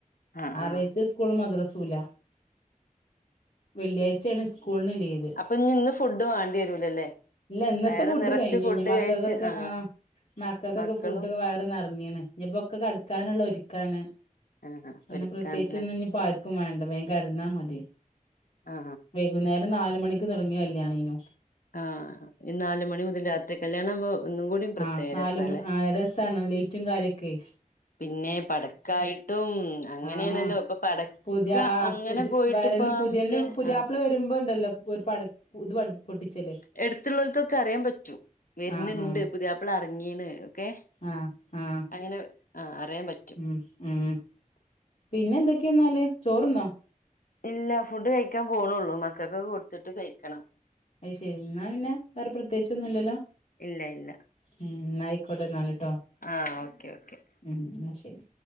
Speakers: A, on the left (about 75°); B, on the left (about 55°).
A: ആ
B: ഞാറാഴച്ച
A: ആ
B: സ് സ്കൂളുമദ്രസൂല വെള്ളിയാഴ്ചേണ് സ്കൂള്ന്ന് ലീവ്.
A: അപ്പൊ ഇനി ഇന്ന് ഫുഡ് വാണ്ടി വരൂലല്ലേ
B: ഇല്ല ഇന്നത്തെ
A: വയറ്
B: ഫുഡ്
A: നിറച്ച്
B: കഴിഞ്ഞ്
A: ഫുഡ്
B: ഇഞ് മക്കക്കൊക്കെ
A: കഴിച്ച് ആ
B: ആഹ് മക്കക്കൊക്കെ
A: മക്കളും
B: ഫുഡൊക്കെ വയറ് നെറഞ്ഞീണ്. ഇഞ് ഇപ്പോക്കെ കടക്കാനുള്ള ഒരുക്കാണ്.
A: ആ
B: ഇന്ന്
A: ഒരുക്കാണല്ലേ
B: പ്രത്യേയിച്ച് ഒന്നു ഇഞ്പ്പാർക്കും വേണ്ട വേ കെടന്നാ മതി
A: ആ
B: വൈകുന്നേരം നാല്മണിക്ക് തൊടങ്ങിയ കല്യണേനു.
A: ആഹ് ഈ നാല്മണിമുതല് രാത്രി കല്യാണവുമ്പോ ഒന്നും കൂടി പ്രത്യേകരസല്ലേ?
B: ആഹ് നാലും ആഹ് ലൈറ്റു കാര്യക്കെ
A: പിന്നെ പടക്കായിട്ടും അങ്ങനെയണല്ലോ
B: ആഹ്
A: ഇപ്പൊ പടക്ക
B: പുതിയ ആഹ്
A: അങ്ങനെ
B: പുതി
A: പോയിട്ട്
B: വരന്നെ
A: ഇപ്പ
B: പുതിയണ്ണ്
A: മറ്റേ
B: പുതിയാപ്ല
A: ആ
B: വരുമ്പോ ഇണ്ടല്ലോ പടക്ക ഇത് പ പൊട്ടിച്ചല്
A: എടുത്തുള്ളോൽക്കൊക്കെ അറിയാൻ പറ്റും വരുന്നണ്ട്
B: ആഹ് ആഹ്
A: പുതിയാപ്പള എറങ്ങിണ് ഒക്കെ
B: ആഹ് ആഹ്
A: അങ്ങനെ ആ അറിയാൻ പറ്റും
B: മ്മ് മ്മ് പിന്നെ എന്തൊക്കെന്നാല് ചോറ്ന്നോ
A: ഇല്ല ഫുഡ് കയിക്കാൻ പോണ്‌ള്ളൂ മക്കക്കൊക്കെ കൊടുത്തിട്ട് കയിക്കണം
B: അയ്ശെരി എന്നാ പിന്നെ വേറെ പ്രത്യേച്ചൊന്നുല്ലല്ലോ
A: ഇല്ല ഇല്ല
B: ഉം ന്നായിക്കോട്ടെ എന്നാല്ട്ടോ
A: ആഹ് ഓക്കെ ഓക്കെ
B: ഉം ന്നാ ശെരി